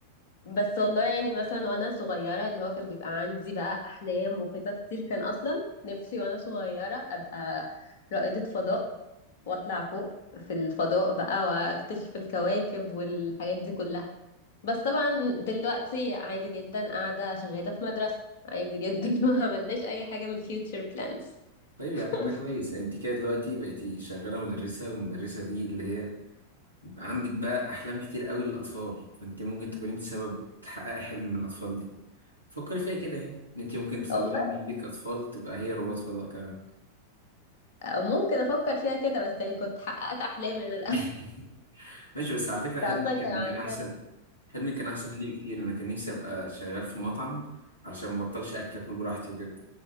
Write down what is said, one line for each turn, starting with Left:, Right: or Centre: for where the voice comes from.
Left: بس والله يعني مثلا وانا صغيره اللي هو كان بيبقى عندي بقى احلام وخطط كتير كان اصلا نفسي وانا صغيره ابقى رائده فضاء واطلع فوق في الفضاء بقى واكتشف الكواكب والحاجات دي كلها بس طبعا دلوقتي عادي جدا قاعده شغاله في مدرسه عادي جدا <laughs> ما عملناش اي حاجه من الفيوتشر بلانز
Right: طيب
Left: <laughs>
Right: يا عم ده كويس يعني انت كده دلوقتي بقيتي شغالة مدرسة والمدرسة دي اللي هي عندك بقى أحلام كتير قوي للأطفال فأنت ممكن تكون أنت سبب تحققي حلم من الأطفال دي فكري فيها كده يعني إن أنت ممكن تطلعي
Left: والله
Right: من إيدك أطفال تبقى هي رواد فضاء كمان
Left: او ممكن افكر فيها كده بس يعني كنت حققت احلامي انا <laughs> الاول
Right: <laughs> ماشي بس على فكرة حلمي
Left: انت اصلا
Right: كان
Left: كان عندك
Right: كان أحسن حلمي كان أحسن مني بكتير أنا كان نفسي أبقى شغال في مطعم علشان ما بطلش أكل أكل براحتي وكده